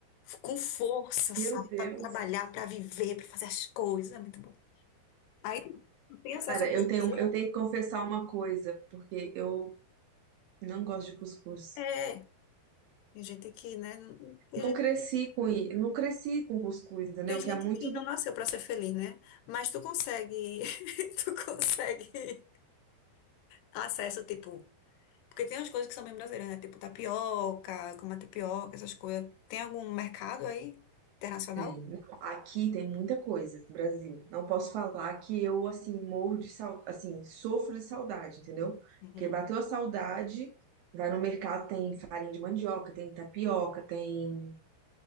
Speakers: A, on the left (about 85°); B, on the right (about 80°).
A: Com força, sabe?
B: meu Deus.
A: Pra trabalhar, pra viver, pra fazer as coisas. É muito bom. Aí não tem acesso
B: Cara,
A: a coisas
B: eu tenho,
A: aí?
B: eu tenho que confessar uma coisa, porque eu não gosto de cuscuz.
A: É. Tem gente que, né? não- Tem
B: Não
A: gente,
B: cresci com, i- não cresci com cuscuz, entendeu?
A: tem gente
B: Que é muito
A: que não nasceu pra ser feliz, né? Mas tu consegue. <laughs> Tu consegue acesso, tipo. Porque tem umas coisas que são bem brasileiras, né? Tipo tapioca, como a tapioca, essas coisas. Tem algum mercado aí internacional?
B: Tem. Não, Aqui tem muita coisa no Brasil. Não posso falar que eu, assim, morro de saudade, assim, sofro de saudade, entendeu?
A: Uhum.
B: Porque bateu a saudade, vai no mercado, tem farinha de mandioca, tem tapioca, tem